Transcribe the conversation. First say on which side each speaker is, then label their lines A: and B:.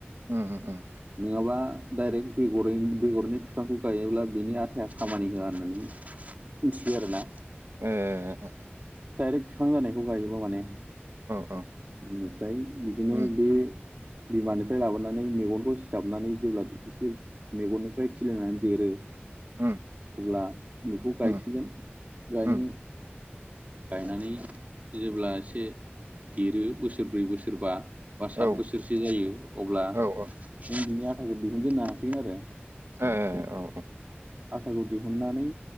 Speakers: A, on the right; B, on the right.
A: उम अ उम उम
B: नङाबा डाइरेक्ट बेगर बेगरैनो बिफांखौ गायोब्ला बिनि आथाया खामानि होआ होननानै मिथियो आरोना
A: ओह
B: डाइरेक्ट बिफां जानायखौ गायोबा माने
A: औ
B: बेनिफ्राय बिदिनो
A: उम
B: बे बिमानिफ्राय लाबोनानै मेगनखौ सिथाबनानै जेब्ला एसे मेगननिफ्राय खिलिनानै देरो
A: उम
B: अब्ला बेखौ गायसिगोन
A: उम
B: गायनो
A: उम
B: गायनानै जेब्ला एसे देरो बोसोरब्रै बोसोरबा बा
A: औ
B: सात बोसोरसो जायो अब्ला
A: औ औ
B: जों बिनि आथाखौ दिहुनजेननो हासिगोन आरो
A: ओ औ औ
B: आथाखौ दिहुननानै